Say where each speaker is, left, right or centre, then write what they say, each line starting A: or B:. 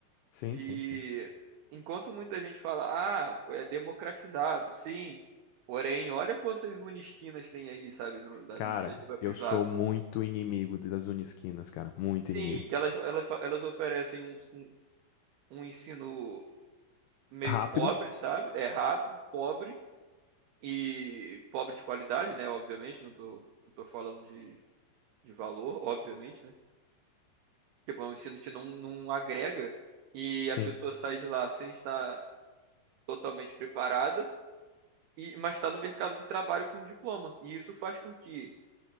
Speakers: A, on the left; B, on the right.
A: Sim,
B: Que
A: sim, sim.
B: enquanto muita gente fala, ah, foi é democratizado, sim. Porém, olha quantas unisquinas tem aí, sabe, no- da
A: Cara,
B: iniciativa
A: eu
B: privada.
A: sou muito inimigo das unisquinas, cara, muito inimigo.
B: Sim, que elas, elas, fa- elas oferecem um, um, um ensino meio
A: Rápido,
B: pobre, sabe? É rápido, pobre e pobre de qualidade, né? Obviamente, não tô, não tô falando de, de valor, obviamente, né? Tipo, é um ensino que não, não agrega e
A: sim.
B: a pessoa sai de lá sem estar totalmente preparada, e, mas está no mercado de trabalho com diploma. E isso faz com que